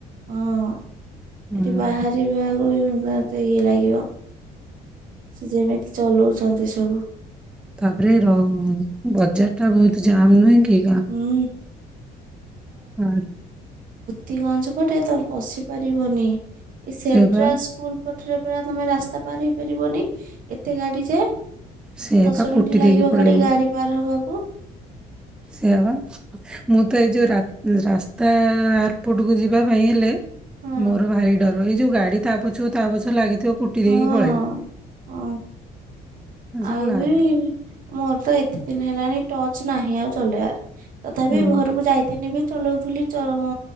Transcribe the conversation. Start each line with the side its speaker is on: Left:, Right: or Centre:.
Right: ହଁ।
Centre: ଏ
Right: ଏଠି
Centre: ମାର୍କେଟଟା।
Right: ବାହାରିବାକୁ ବି ତ ଇଏ ଲାଗିବ। ସେ ଯେମିତି ଚଲୁଛି ଛନ୍ତି ସବୁ।
Centre: ତାପରେ ର ବଜାର ଟା ବହୁତ ଜାମ୍ ନୁହେଁ କି।
Right: ହୁଁ
Centre: <unintelligible>
Right: ତି ଗଞ୍ ପଟେ ତମ ପଶିପାରିବି। <unintelligible>
Centre: ସେ ବା
Right: ପାରେ ପା ତମେ ରାସ୍ତା ପାର ହେଇପାରିବନି ଏତେ ଗାଡି ଯେ
Centre: ସେ
Right: ଦଶ
Centre: ବା କୁଟି
Right: ମିନିଟ ଲାଗିବ
Centre: ଦେଇକି ପଳେଇବେ
Right: ଖାଲି ଗାଡି ପାର ହବାକୁ <inaudible>
Centre: <unintelligible> ମୁଁ ତ ଏଇ ଯୋଉ <unintelligible> ରାସ୍ତା ଏପଟକୁ ଯିବା ପାଇଁ ହେଲେ
Right: ହଁ
Centre: ମୋର ଭାରି ଡର ଏଇ ଯୋଉ ଗାଡି ତା ପଛୁ ତା ପଛୁ ଲାଗି ତ କୁଟି
Right: ହଁ
Centre: ଦେଇକି ପଳେଇଲୁ
Right: ଓ
Centre: <inaudible>
Right: ଆଉ
Centre: ସେ ଲାଗ
Right: ବି ମୋର ତ ଏତେ ଦିନ ହେଲାଣି ଟଚ ନାହିଁ ଆଉ ଚଲେଇବାର ତଥାପି
Centre: ହୁଁ
Right: ଘରକୁ ଯାଇଥିନି ବି ଚଲଉଥିଲି ଚ ଉଁ